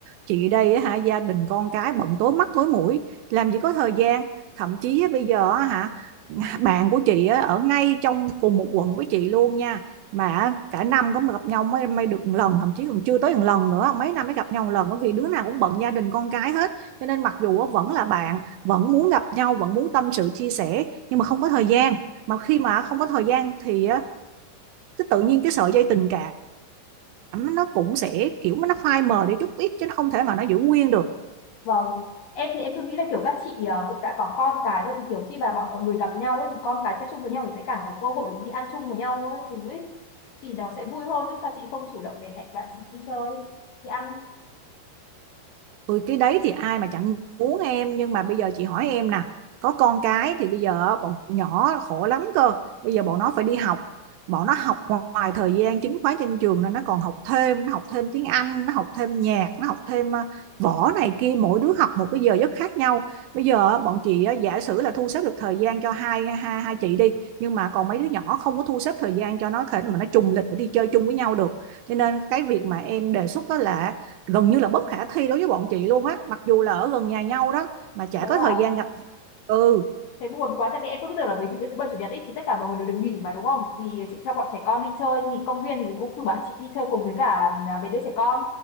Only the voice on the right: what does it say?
chị đây á hả gia đình con cái bận tối mắt tối mũi làm gì có thời gian thậm chí á, bây giờ á hả <laughs> bạn của chị á, ở ngay trong cùng một quận với chị luôn nha mà cả năm có mà gặp nhau mới mới được một lần thậm chí còn chưa tới một lần nữa mấy năm mới gặp nhau một lần bởi vì đứa nào cũng bận gia đình con cái hết cho nên mặc dù á, vẫn là bạn vẫn muốn gặp nhau vẫn muốn tâm sự chia sẻ nhưng mà không có thời gian mà khi mà không có thời gian thì cái tự nhiên cái sợi dây tình cảm nó cũng sẽ kiểu nó phai mờ đi chút ít chứ nó không thể mà nó giữ nguyên được
Ôi cái đấy thì ai mà chẳng muốn em nhưng mà bây giờ chị hỏi em nè có con cái thì bây giờ bọn nhỏ khổ lắm cơ bây giờ bọn nó phải đi học bọn nó học ngoài thời gian chính khóa trên trường nên nó còn học thêm nó học thêm tiếng Anh nó học thêm nhạc nó học thêm ờ, võ này kia mỗi đứa học một cái giờ giấc khác nhau bây giờ bọn chị ờ, giả sử là thu xếp được thời gian cho hai, hai hai chị đi nhưng mà còn mấy đứa nhỏ không có thu xếp thời gian cho nó thể mà nó trùng lịch để đi chơi chung với nhau được cho nên cái việc mà em đề xuất đó là gần như là bất khả thi đối với bọn chị luôn á mặc dù là ở gần nhà nhau đó mà chả
có
thời gian gặp nhau. ừ